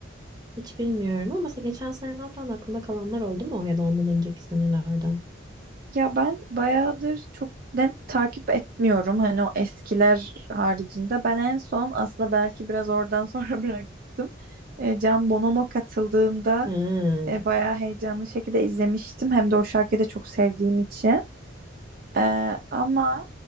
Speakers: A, on the right; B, on the right.
A: Hiç bilmiyorum ama mesela geçen seneden falan aklında kalanlar oldu mu ya da ondan önceki senelerden?
B: Ya ben bayağıdır çok net takip etmiyorum. Hani o eskiler haricinde. Ben en son aslında belki biraz oradan sonra <laughs> bıraktım. E, Can Bonomo katıldığında
A: Hmm.
B: e, bayağı heyecanlı şekilde izlemiştim. Hem de o şarkıyı da çok sevdiğim için. E, ama